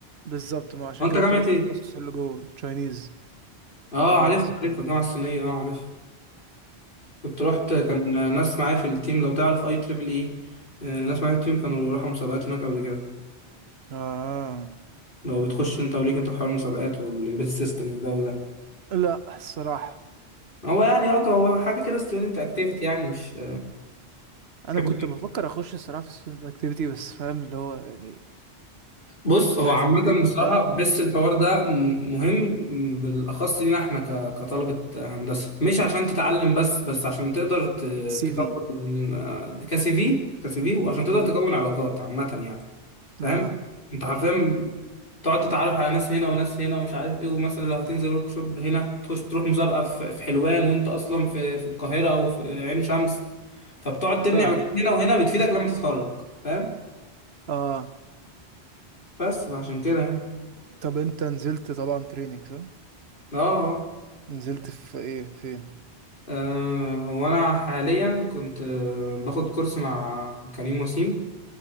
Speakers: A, on the right; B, on the left.
A: بالظبط ما عشان
B: هو انت
A: كده
B: جامعه
A: قلت لك
B: ايه
A: التخصص اللي جوه تشاينيز
B: اه
A: جامعه
B: عارفها
A: الصينية.
B: عارفها الجامعه الصينيه اه عارفها كنت رحت كان
A: انت
B: ناس معايا في التيم لو تعرف اي تريبل اي آه، ناس معايا في التيم كانوا راحوا مسابقات هناك قبل كده
A: اه
B: لو بتخش انت وليك انت في حوار المسابقات والامبيد سيستم والجو ده
A: لا الصراحه
B: هو يعني اه هو حاجه كده ستودنت اكتيفيتي يعني مش
A: انا
B: تحب
A: كنت بفكر اخش الصراحه في student اكتيفيتي بس فاهم اللي هو يعني
B: بص هو
A: حسيت
B: عامة بصراحة
A: فاهم
B: بحس الحوار ده م- مهم م- بالأخص لينا احنا ك- كطلبة هندسة مش عشان تتعلم بس بس عشان تقدر ت-
A: سي
B: تكون
A: في
B: آه، كسي في كسي في وعشان
A: مم.
B: تقدر تكون علاقات عامة يعني فاهم
A: اه
B: انت حرفيا تقعد تتعرف على ناس هنا وناس هنا ومش عارف ايه ومثلا لو هتنزل ورك شوب هنا تخش تروح مسابقة في في حلوان وانت أصلا في في القاهرة أو في عين شمس فبتقعد تبني
A: فاهم
B: علاقات هنا وهنا بتفيدك لما تتخرج فاهم
A: اه
B: بس فعشان كده يعني
A: طب انت نزلت طبعا تريننج صح
B: اه آه.
A: نزلت في ايه فين
B: أه هو أنا حاليا كنت آه، باخد كورس مع كريم وسيم